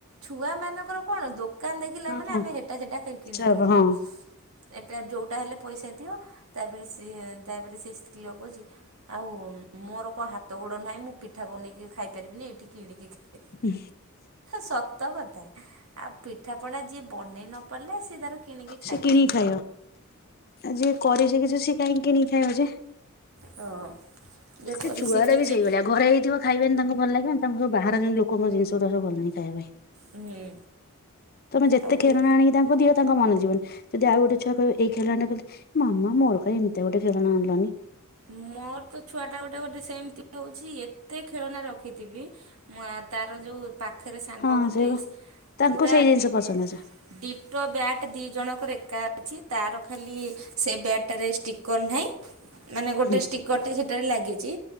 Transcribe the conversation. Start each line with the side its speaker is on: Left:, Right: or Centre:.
Right: ଛୁଆ ମାନଙ୍କର କଣ ଦୋ କାନ ଦେଖିଲା
Left: ହଁ
Right: ମାନେ
Left: ହଁ
Right: ଆମେ ହେଁଟା ସେଟା କିଣିକି
Left: ଆଚ୍ଛା ବାବା
Right: ଖାଇବୁ
Left: ହଁ
Right: ଏଟା ଯୋଉଟା ହେଲେ ପଇସା ଦିିଅ ତାପରେ ସିଏ ତାପରେ ସେ ସ୍ତ୍ରୀ ଲୋକ କହୁଚି ଆଉ ମୋର କଣ ହାତ ଗୋଡ ନାହିଁ ମୁଁ ପିଠା ବନେଇକି ଖାଇ ପାରିବିନି ଏଇଠି କିଣିକି ଖା
Left: ଉଁ।
Right: ସତ କଥା। ଆଉ ପିଠାପଣା ଯିଏ ବନେଇ ନ ପାରିଲା ସେ ତାର କିଣିକି ଖାଇବ।
Left: ସେ କିଣିକି ଖାଇବା ଆଉ ଯିଏ କରି ଶିଖିଛି ସେ କାହିଁକି ଖାଇବ ଯେ?
Right: ହଁ। ଯିଏ କରି
Left: ଏଇ ଛୁଆରା
Right: ଶିଖିଛି
Left: ବି ସେଇଭଳିଆ ଘରେ ହେଇଥିବ ଖାଇବେନି ତାଙ୍କୁ ଭଲ ଲାଗିବନି ତାଙ୍କୁ ସବୁ ବାହାର ଯାଇଁ ଲୋକଙ୍କ ଜିନିଷଉରା ସବୁ ଭଲଲାଗେ ଖାଇବା ପାଇଁ।
Right: ହୁଁ।
Left: ତମେ ଯେତେ
Right: ଆଉ ଭେ
Left: ଖେଳଣା ଆଣିକି ତାଙ୍କୁ ଦିଅ ତାଙ୍କ ମନ ଯିବନି। ଯଦି ଆଉ ଗଟେ ଛୁଆ କହିବ ଏଇ ଖେଳନାଟେ ଖେଳତେ ମାମା ମୋର କାଇଁ ଏମିତିଆ ଗୋଟେ ଖେଳଣା ଆଣିଲନି?
Right: ମୋର ତ ଛୁଆଟା ଗୋଟେ ଗୋଟେ ସେମତି ହୋଉଛି ଏତେ ଖେଳନା ରଖିଥିବି ମୁଁ ଆ ତାର ଯୋଉ ପାଖରେ ସାଙ୍ଗ
Left: ହଁ
Right: ଗୋଟେ
Left: ସେଇବା ତାଙ୍କୁ
Right: ପୁରା
Left: ସେଇ ଜିନିଷ
Right: ଡିଟୋ
Left: ପସନ୍ଦ ଆଚ୍ଛା
Right: ଡିଟୋ ବ୍ୟାଟ୍ ଦିଇ ଜଣଙ୍କର ଏକା ଅଛି ତାର ଖାଲି ସେ ବ୍ୟାଟଟାରେ ଷ୍ଟିକର୍ ନାହିଁ ମାନେ ଗୋଟେ
Left: ହୁଁ
Right: ଷ୍ଟିକରଟେ ସେଟାରେ ଲାଗିଚି